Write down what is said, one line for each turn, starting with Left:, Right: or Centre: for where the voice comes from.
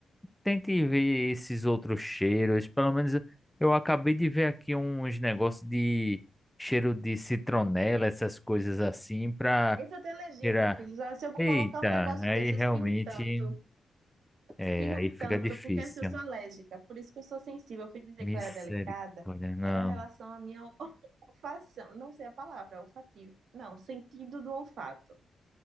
Centre: Tente ver esses outros cheiros. Pelo menos eu eu acabei de ver aqui uns negócios de cheiro de citronela, essas coisas assim, pra
Right: Isso eu tenho alergia,
Centre: tirar.
Right: meu filho. Já, Se eu
Centre: Eita,
Right: colocar um negócio
Centre: aí
Right: desse,
Centre: realmente,
Right: eu espirro tanto,
Centre: é,
Right: espirro
Centre: aí fica
Right: tanto,
Centre: difícil.
Right: porque assim, eu sou alérgica, por isso que eu sou sensível. Eu fui dizer
Centre: Misericórdia,
Right: que eu era delicada,
Centre: não.
Right: era em relação à minha <laughs> olfação, não sei a palavra, olfativo. Não, sentido do olfato.